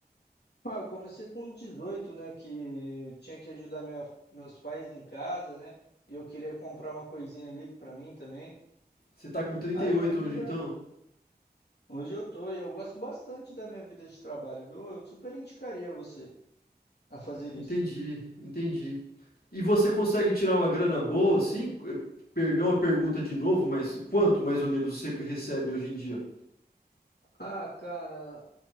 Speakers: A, on the left (about 80°); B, on the left (about 65°).
A: Ah, eu comecei com dezoito né, que eu tinha que ajudar minha- meus pais em casa, né? E eu queria comprar uma coisinha ali pra mim também.
B: Você tá com trinta
A: Aí
B: e oito
A: minha vida,
B: hoje, então?
A: hoje eu tô, e eu gosto bastante da minha vida de trabalho, viu? Eu super indicaria você a fazer
B: Entendi,
A: isso.
B: entendi. E você consegue tirar uma grana boa, assim? Eh, Perdão a pergunta de novo, mas quanto mais ou menos você recebe hoje em dia?
A: Ah, cara,